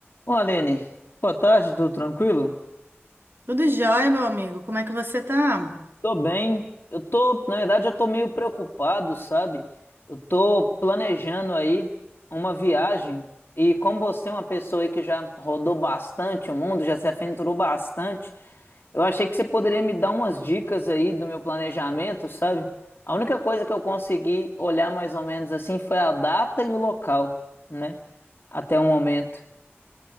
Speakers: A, on the left (about 50°); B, on the right (about 55°).
A: Bom, Aline, boa tarde, tudo tranquilo?
B: Tudo jóia, meu amigo. Como é que você tá?
A: Tô bem. Eu tô, na verdade, eu tô meio preocupado, sabe? Eu tô planejando aí uma viagem e como você é uma pessoa aí que já rodou bastante o mundo, já se aventurou bastante, eu achei que você poderia me dar umas dicas aí do meu planejamento, sabe? A única coisa que eu consegui olhar mais ou menos assim foi a data e o local, né? Até o momento.